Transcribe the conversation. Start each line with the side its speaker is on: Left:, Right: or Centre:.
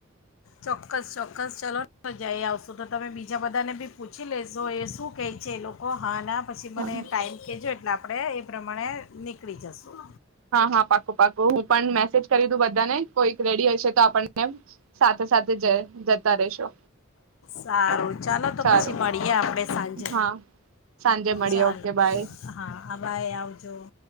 Left: ચોક્કસ ચોક્કસ ચલો જઈ આવશો તો તમે બીજા બધાને બી પૂછી લેશો એ શું કેહે છે એ લોકો હા ના પછી મને
Right: હા
Left: ટાઈમ કહેજો એટલે આપ આપણે એ પ્રમાણે નીકળી જશું.
Right: હા હા પાક્કુ પાક્કુ હું પણ મેસેજ કરી દવ બધાને કોઈક રેડી હશે તો આપણને સાથે સાથે જતા રેશો
Left: સારું ચાલો તો
Right: સારું
Left: પછી મળીએ આપડે સાંજે
Right: હા સાંજે મળીએ
Left: ચાલો
Right: ઓકે બાય
Left: હા આ બાઈ આવજો. તો <inaudible>